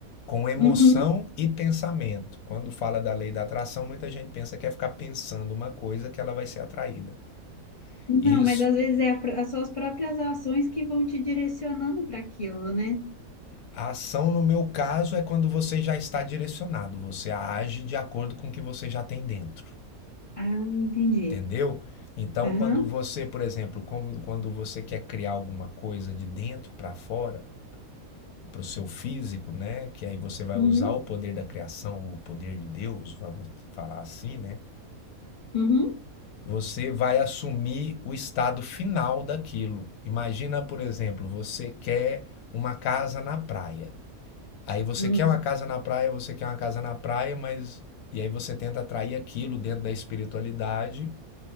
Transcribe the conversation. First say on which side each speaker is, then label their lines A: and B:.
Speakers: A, on the left; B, on the left.
A: com emoção
B: Uhum.
A: e pensamento. Quando fala da lei da atração, muita gente pensa que é ficar pensando uma coisa que ela vai ser atraída.
B: Não,
A: Isso,
B: mas às vezes é a pr- as suas próprias ações que vão te direcionando para aquilo, né?
A: a ação no meu caso é quando você já está direcionado, você age de acordo com o que você já tem dentro,
B: Ah, entendi.
A: entendeu? Então,
B: Aham.
A: quando você, por exemplo, como quando você quer criar alguma coisa de dentro para fora, para o seu físico, né? Que aí você vai
B: Uhum,
A: usar o poder da criação, o poder de Deus, vamos falar assim, né?
B: uhum,
A: Você vai assumir o estado final daquilo. Imagina, por exemplo, você quer uma casa na praia. Aí você
B: uhum.
A: quer uma casa na praia, você quer uma casa na praia, mas e aí você tenta atrair aquilo dentro da espiritualidade